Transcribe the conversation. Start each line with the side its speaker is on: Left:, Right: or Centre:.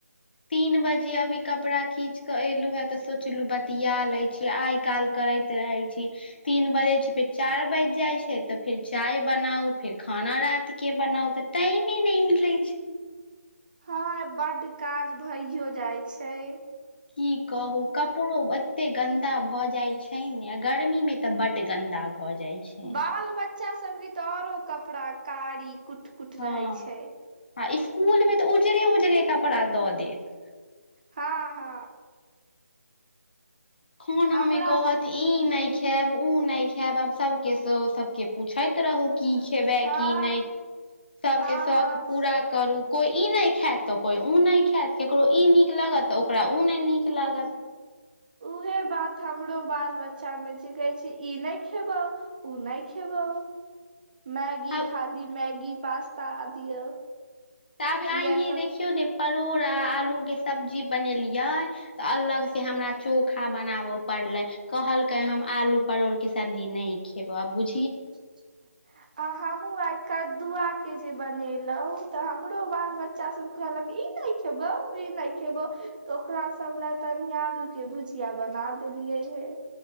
Left: तीन बजे अभी कपड़ा खींच के एलू हैं, तऽ सोचलु बतिया लय छी आइ काल करैत रहै छी। तीन बजै छै, फेर चारि बाजि जाइ छै, त फेर चाय बनाउ फेर खाना रातिके बनाउ त टाइमे नहि मिलै छै।
Right: हँ ए बड्ड काज भइयो जाइ छै।
Left: की कहू कपड़ो एत्ते गन्दा भऽ जाइ छै ने आ गर्मीमे तऽ बड्ड गन्दा भऽ जाइ छै।
Right: बाल बच्चा सब के त औरो कपड़ा कारी कुट कुट
Left: हँ,
Right: रहै छै
Left: आ स्कूल मे तऽ उजरे-उजरे कपड़ा दऽ देत।
Right: हाँ हँ।
Left: खाना
Right: हमरा
Left: मे कहत तऽ ई नहि खैब, उ नहि खैब, आब सबके स सबके पुछैत रहू। की खेबै
Right: हँ
Left: की नहि सबके
Right: हँ
Left: शौख
Right: हँ
Left: पूरा करू, कोई ई नहि खैत, तऽ कोई उ नहि खैत, ककरो ई नीक लगत त ओकरा उ नहि नीक लागत।
Right: उहें बात हमरो बाल बच्चा में छय, कहै छय ई नहि खेबौ, उ नहि खेबौ। मैगी
Left: आब
Right: खाली मैगी, पास्ता आ दियौ।
Left: ताबे आइये
Right: इएह सब
Left: देखियौ ने परोड़ आ आलू के सब्जी बनेलियै त अलग से हमरा चोखा बनाबऽ पड़लै। कहलकै हम आलू परोड़ के सब्जी नहि खेबो आब बुझ
Right: <inaudible> आ हमहुं आइ कद्दुआके जे बनेलऊ, तऽ हमरो बाल बच्चा सब कहलक ई नहि खेबौ, ई नहि खेबौ, तो ओकरा सब ले तनी आलू के भुजि -या बना देलियै हें।